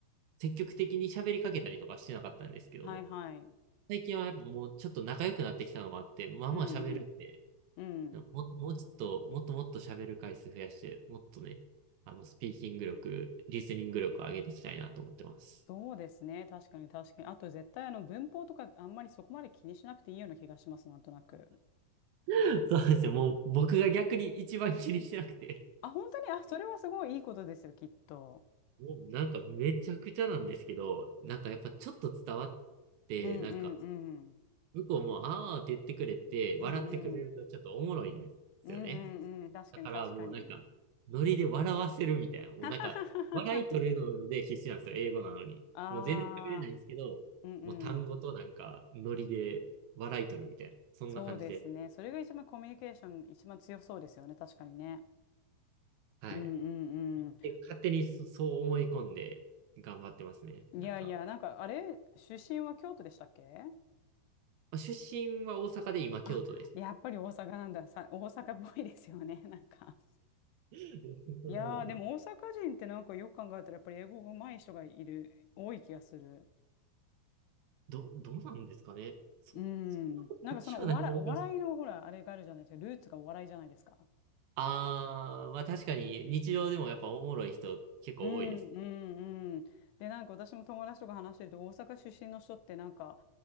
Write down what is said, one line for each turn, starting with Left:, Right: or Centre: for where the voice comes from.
Right: 積極的に喋りかけたりとかしてなかったんですけど、
Left: はいはい。
Right: 最近はやっぱもうちょっと仲良くなってきたのもあって、まあまあ喋るんで、
Left: うんうん。うん。
Right: も、もうちょっと、もっともっと喋る回数増やして、もっとね、あの、スピーキング力、リスニング力を上げていきたいなと思ってます。
Left: そうですね。確かに確かに。あと絶対あの文法とかあんまりそこまで気にしなくていいような気がします、なんとなく。
Right: <laughs> そうですね、もう僕が逆に一番気にしてなくて、
Left: あ、本当に、あ、それはすごいいいことですよ、きっと。
Right: もうなんかめちゃくちゃなんですけど、なんかやっぱちょっと伝わって、
Left: うんうんうん。
Right: なんか、向こうも、あーって言ってくれて、
Left: うんうん。
Right: 笑ってくれるとちょっとおもろいんですよね。
Left: うんうんうん。確かに確かに。
Right: だからもうなんか、ノリで笑わせるみたいな。
Left: <laughs>
Right: もうなんか、
Left: ははははは
Right: 笑い取るので必死なんですよ、英語なのに。
Left: ああ
Right: もう全然喋れないんですけど、
Left: うんうん。
Right: もう単語となんか、ノリで笑い取るみたいな。そんな感じで。
Left: そうですね。それが一番コミュニケーション一番強そうですよね。確かにね。
Right: はい。
Left: うんうん
Right: で、勝手にそそう思い込んで頑張ってますね。
Left: うん。
Right: なんか、
Left: いやいや、なんかあれ、出身は京都でしたっけ
Right: まあ、出身は大阪で今京都です。
Left: あ、やっぱり大阪なんだ。さ、大阪っぽいですよね。<laughs> なんか。
Right: <laughs> そんなことない。
Left: いやー、でも大阪人ってなんかよく考えたらやっぱり英語上手い人がいる、多い気がする。
Right: ど、どうなんですかね。そん
Left: うん。なんかそのお笑い、
Right: な話はないと思います。
Left: お笑いのほら、あれがあるじゃないですか。ルーツがお笑いじゃないですか。
Right: あー、まあ確かに日常でもやっぱおもろい人結構多いです。
Left: うんうんうん。で、なんか私も友達とか話してると、大阪出身の人ってなんか、